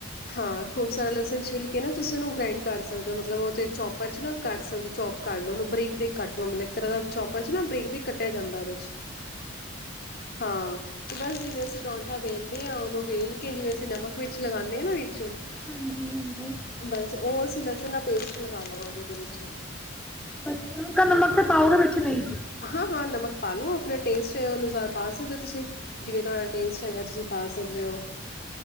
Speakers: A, on the left (about 50°); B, in the centre.
A: ਹਾਂ, ਖੂਬ ਸਾਰਾ ਲਸਣ ਛਿੱਲ ਕੇ ਨਾ ਤੁਸੀਂ ਉਹਨੂੰ ਗ੍ਰਾਇੰਡ ਕਰ ਸਕਦੇ ਹੋ ਮਤਲਬ ਉਹਥੇ ਚੋਪਰ ਚ ਨਾ ਕਰ ਸਕਦੇ ਹੋ, ਚੋਪ ਕਰ ਲਓ। ਉਹਨੂੰ ਬ੍ਰੀਕ ਬ੍ਰੀਕ ਕੱਟ ਲੋ, ਮਲਬ ਇਕ ਤਰਾ ਦਾ ਚੌਪਰ ਚ ਨਾ ਬ੍ਰੀਕ ਬ੍ਰੀਕ ਕੱਟਿਆ ਜਾਂਦੈ ਉਹਦੇ ਚ। ਹਾਂ, ਤੇ ਬਸ ਜਿਵੇ ਅਸੀ ਪਰੌਂਠਾ ਵੇਲਦੇ ਹਾਂ, ਉਹਨੂੰ ਵੇਲ ਕੇ ਜਿਵੇਂ ਅਸੀਂ ਨਮਕ ਵਿੱਚ ਲਗਾਉਂਦੇ ਹਾਂ ਨਾ ਵਿੱਚ
B: ਹਾਂਜੀ, ਹਾਂਜੀ।
A: ਬਸ, ਉਹ ਅਸੀਂ ਲਸਣ ਦਾ ਪੇਸਟ ਲਗਾ ਲਵਾਂਗੇ, ਉਹਦੇ ਵਿੱਚ।
B: ਪਰ ਹਲਕਾ ਨਮਕ ਤੇ ਪਾਓਗੇ ਵਿੱਚ, ਕੇ ਨਹੀਂ?
A: ਹਾਂ, ਹਾਂ। ਨਮਕ ਪਾ ਲਓ, ਆਪਣੇ ਟੇਸਟ ਅਨੁਸਾਰ ਪਾ ਸਕਦੇ ਹੋ, ਤੁਸੀਂ। ਜਿਵੇਂ ਤੁਹਾਡਾ ਟੇਸਟ ਹੈਗੈ, ਤੁਸੀਂ ਪਾ ਸਕਦੇ ਹੋ।